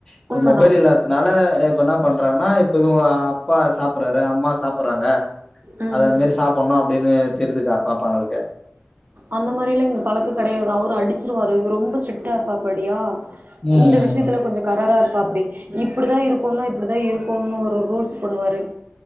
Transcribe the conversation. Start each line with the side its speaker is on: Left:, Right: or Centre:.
Left: இப்ப
Right: உண்மதா
Left: மொபைல்
Right: உண்மதா
Left: இல்லாதத்தனால இப்ப என்ன பண்றாங்கன்னா இப்ப இவங்க அப்பா சாப்பிறாரு அம்மா சாப்பறாங்க
Right: ம்
Left: அது அது மாதிரி சாப்பிடணும் அப்படின்னு தெரியுதுக்கா பாப்பாங்களுக்கு
Right: அந்த மாரிலா இங்க பழக்கோ கெடையாது அவரும் அடிச்சிருவாரு ரொம்ப ஸ்ட்ரிக்டா இருப்பாப்படியா
Left: ம்
Right: இந்த விஷயத்துல கொஞ்சோ கரரா இருப்பாப்படி இப்ப இப்படிதான் இருக்கும்னா இப்படிதான் இருக்கும் பொண்ணு ஒரு ரூல்ஸ் பண்ணுவாரு